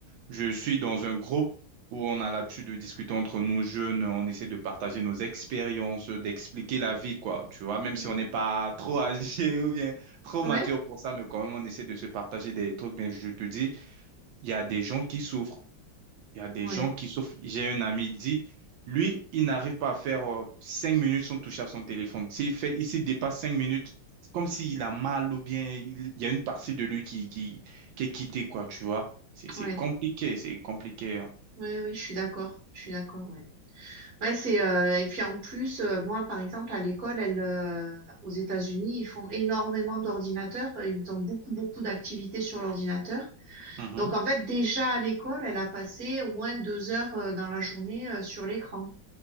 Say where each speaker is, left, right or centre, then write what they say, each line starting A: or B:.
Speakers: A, on the right (about 80°); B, on the right (about 35°).
A: je suis dans un groupe où on a l'habitude de discuter entre nous jeunes, on essaie de partager nos expériences, d'expliquer la vie, quoi. Tu vois, même
B: Mm.
A: si on n'est pas trop âgé <laughs> ou bien trop
B: Ouais,
A: mature pour ça, mais quand même, on essaie de se partager des trucs. Mais je te dis, il y a des gens qui souffrent. Il y a des
B: ouais,
A: gens qui sauf J'ai un ami, il dit, lui, il n'arrive pas à faire euh, cinq minutes sans toucher à son téléphone. S'il fait, il s'il dépasse cinq minutes, c'est comme s'il a mal ou bien il, il y a une partie de lui qui, qui, qui est quittée, quoi, tu vois. C'est, c'est
B: ouais,
A: compliqué, c'est compliqué. hein.
B: ouais, oui, je suis d'accord, je suis d'accord, ouais. Ouais, c'est euh, et puis en plus, euh, moi par exemple à l'école, elle, euh, aux États-Unis, ils font énormément d'ordinateurs, euh, ils ont beaucoup beaucoup d'activités sur l'ordinateur.
A: Mhm.
B: Donc en fait déjà à l'école, elle a passé au moins deux heures euh, dans la journée euh, sur l'écran.